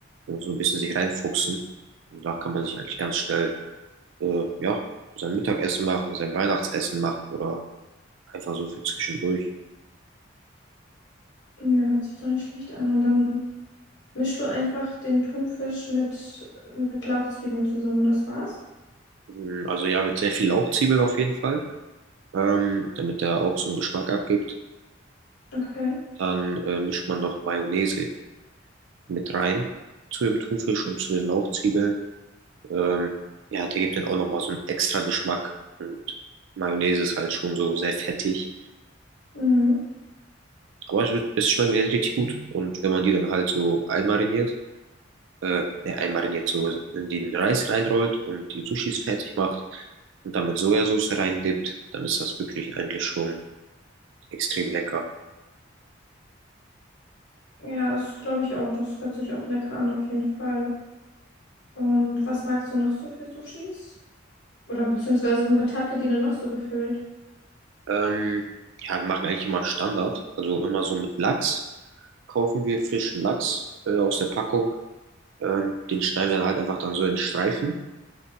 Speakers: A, on the right; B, on the left.
A: Man muss so ein bisschen sich reinfuchsen. Und da kann man sich eigentlich ganz schnell, äh, ja, sein Mittagessen machen, sein Weihnachtsessen machen oder einfach so für zwischendurch.
B: Ja, hört sich doch nicht schlecht an. Und dann Mischst du einfach den Thunfisch mit, mit Lauchzwiebeln zusammen und das war's?
A: Mm, Also ja, mit sehr viel Lauchzwiebeln auf jeden Fall. ähm, damit er auch so einen Geschmack abgibt.
B: Okay.
A: Dann äh, mischt man noch Mayonnaise mit rein zu dem Thunfisch und zu den Lauchzwiebeln. Ähm, ja, der gibt dann auch nochmal so einen extra Geschmack. Und Mayonnaise ist halt schon so sehr fettig.
B: Mhm.
A: Aber es, es schmeckt richtig gut. Und wenn man die dann halt so einmariniert, äh, ne, einmariniert so in den Reis reinrollt und die Sushis fertig macht und dann mit Sojasauce reindippt, dann ist das wirklich eigentlich schon extrem lecker.
B: Ja, das glaube ich auch. Das hört sich auch lecker an, auf jeden Fall. Und was magst du noch so für Sushis? Oder beziehungsweise mit habt ihr die denn noch so gefüllt?
A: Ähm, ja, wir machen eigentlich immer Standard. Also immer so mit Lachs kaufen wir frischen Lachs äh, aus der Packung. Ähm, den schneiden wir dann halt einfach dann so in Streifen.